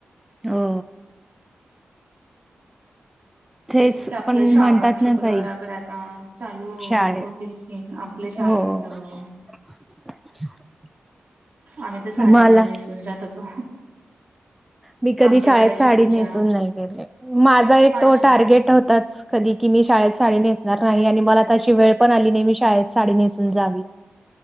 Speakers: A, in the centre; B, on the right.
A: हो. तेच
B: तसेच की आपलं
A: पण
B: श्रावण
A: म्हणतात
B: शुक्रवार
A: ना काही
B: अगर आता चालू ह
A: शाळे
B: होतील की न आपल्या शाळेतलं.
A: हो <inaudible>
B: आम्ही तर साड्या
A: मला
B: बिड्या नेसून जात होतो.
A: मी कधी
B: आमच्या
A: शाळेत
B: वर्गाची
A: साडी
B: पूजा
A: नेसून नाय गेले, माझा एक
B: पाचवी
A: तो टार्गेट होताच कधी की मी शाळेत साडी नेसणार नाही आणि मला तशी वेळ पण आली नाही मी शाळेत साडी नेसून जावी.